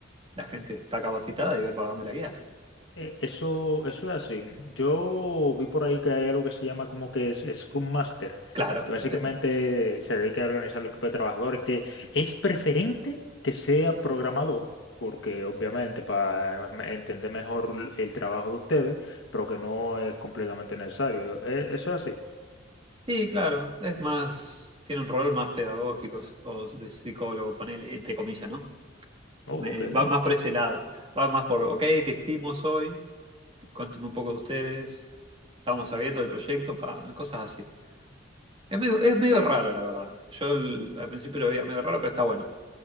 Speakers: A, on the right (about 25°); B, on the left (about 65°).
A: la gente está capacitada y ver para dónde la guías.
B: Eh, Eso, eso es así. Yo vi por ahí que hay algo que se llama como que es Scrum Master,
A: Claro,
B: que básicamente
A: es-
B: se dedica a organizar el equipo de trabajadores, que es preferente que sea programador, porque obviamente para entender mejor el trabajo de ustedes, pero que no es completamente necesario. Eh, Eso es así.
A: sí, claro, es más. Tiene un rol más pedagógico s- o de psicólogo, ponele, entre comillas, ¿no?
B: Oh,
A: Me-
B: ok. <laughs>
A: va más por ese lado. Va más por, ok, ¿qué hicimos hoy? Cuéntame un poco de ustedes. Estamos sabiendo del proyecto, pa, cosas así. Es medio, es medio raro, la verdad. Yo el- al principio lo veía medio raro, pero está bueno.